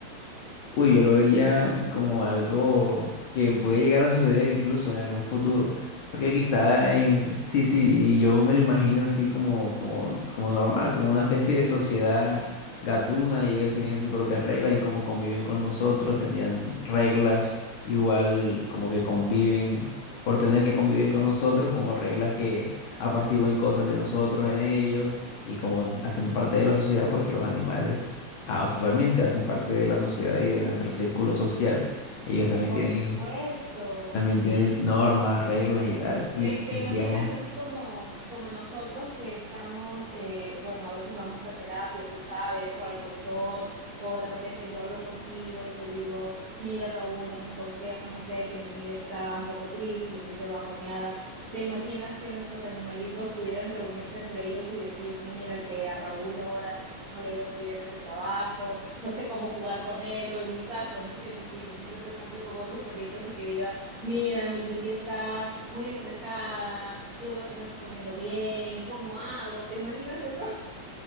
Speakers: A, on the left (about 85°); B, on the right (about 70°).
A: Uy, yo lo vería como algo que puede llegar a suceder incluso en algún futuro. Porque quizá en, sí, sí, y yo me lo imagino así como, como, como normal, como una especie de sociedad gatuna y ellos tienen sus propias reglas y como conviven con nosotros, tendrían reglas igual como que conviven por tener que convivir con nosotros, como reglas que apacigüen cosas de nosotros en ellos y como hacen parte de la sociedad porque los animales a- actualmente hacen parte de la sociedad y de nuestro círculo social. Ellos también
B: Por
A: tienen,
B: supuesto.
A: también tienen
B: Y,
A: normas,
B: y
A: reglas y tal. Y
B: ¿Te,
A: tendríamos,
B: te imaginas así como, como nosotros que estamos, eh, bueno, a veces vamos a terapia, tú sabes, o al doctor, o de repente yo hablo contigo y te digo, mira Raúl, dame un consejo, no sé, que mi amiga está un poco triste, se siente bajoneada. ¿Te imaginas que nuestros animalitos pudieran reunirse entre ellos y decir, mira, que a Raúl ahora no, sé- no le ha ido muy bien en el trabajo, no sé cómo jugar con él, o en mi caso, ¿no? Que mi princesita se junte con otros perritos y que diga, mira, mi Julie está muy estresada, yo veo que no está comiendo bien, ¿cómo hago? ¿Te imaginas eso?